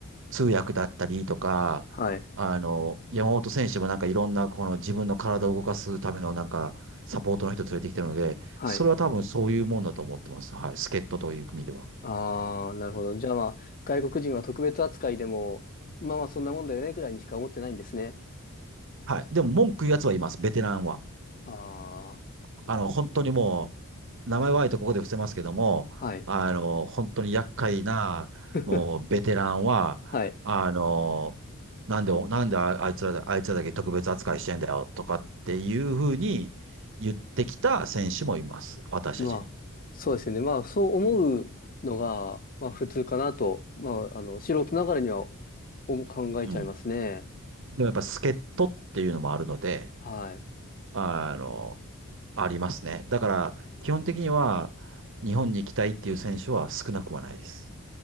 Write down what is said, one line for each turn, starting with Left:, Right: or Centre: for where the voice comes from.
Right: 通訳だったりとか、
Left: はい。
Right: あの、山本選手もなんかいろんなこの自分の体を動かすためのなんかサポートの人連れてきてるので、
Left: はい。
Right: それは多分そういうもんだと思ってます。はい。助っ人という組では。
Left: ああ、なるほど。じゃあまあ、外国人は特別扱いでも、まあまあ、そんなもんだよね、ぐらいにしか思ってないんですね。
Right: はい。でも文句言うやつはいます。ベテランは。
Left: あ
Right: あの、本当にもう、名前はあえてここで伏せますけども、
Left: あ、はい。
Right: あの、本当に厄介な、
Left: <laughs>
Right: もう、ベテランは、
Left: はい。
Right: あの、なんで、なんでああいつらだ、あいつらだけ特別扱いしてんだよ、とかっていうふうに言ってきた選手もいます。私たちに。
Left: まあ、そうですよね。まあ、そう思うのが、まあ、普通かなと、まあ、あの、素人ながらには思考えちゃいますね。
Right: うん。でもやっぱ、助っ人っていうのもあるので、
Left: はい。
Right: あの、ありますね。だから、基本的には、日本に行きたいっていう選手は少なくはないです。